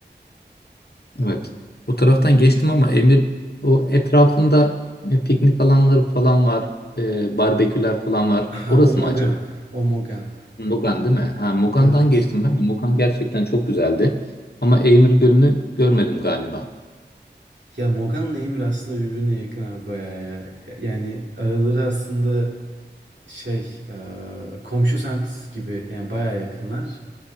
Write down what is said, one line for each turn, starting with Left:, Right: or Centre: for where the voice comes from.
Left: Evet. Bu taraftan geçtim ama Emir o etrafında e, piknik alanları falan var. E, barbeküler falan var.
Right: Ha,
Left: Orası
Right: Omogan.
Left: mı acaba?
Right: Omogan.
Left: Mugan değil mi? Ha, Mugan'dan
Right: Evet.
Left: geçtim ben de. Mugan gerçekten çok güzeldi. Ama Emir Gölü'nü görmedim galiba.
Right: Ya Mogan'la Emir aslında birbirine yakın abi bayağı ya. Yani araları aslında şey e, komşu semt gibi yani bayağı yakınlar